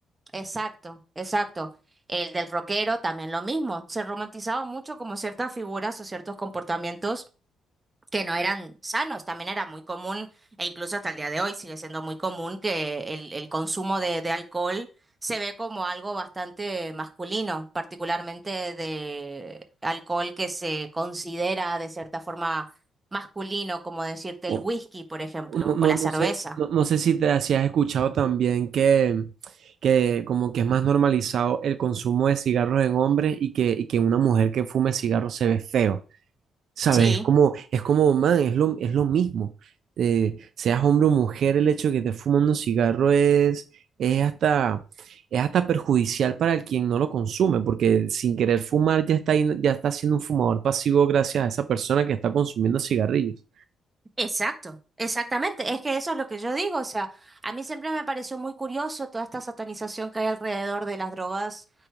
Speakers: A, on the right; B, on the right.
A: Exacto, exacto. El del rockero también lo mismo. Se romantizaba mucho como ciertas figuras o ciertos comportamientos que no eran sanos. También era muy común, e incluso hasta el día de hoy sigue siendo muy común, que el, el consumo de, de alcohol se ve como algo bastante masculino, particularmente de alcohol que se considera de cierta forma masculino, como decirte
B: O-
A: el whisky, por ejemplo,
B: No, no,
A: o la
B: no
A: cerveza.
B: sé, no, no sé si te si has escuchado también que, que como que es más normalizado el consumo de cigarros en hombres y que, y que una mujer que fume cigarros se ve feo. ¿Sabes?
A: Sí.
B: Es como, es como, man, es lo, es lo mismo. Eh, seas hombre o mujer, el hecho de que te fumando un cigarro es, es hasta, es hasta perjudicial para el quien no lo consume, porque sin querer fumar ya está, ahí- ya está siendo un fumador pasivo gracias a esa persona que está consumiendo cigarrillos.
A: Exacto, exactamente. Es que eso es lo que yo digo. O sea, a mí siempre me pareció muy curioso toda esta satanización que hay alrededor de las drogas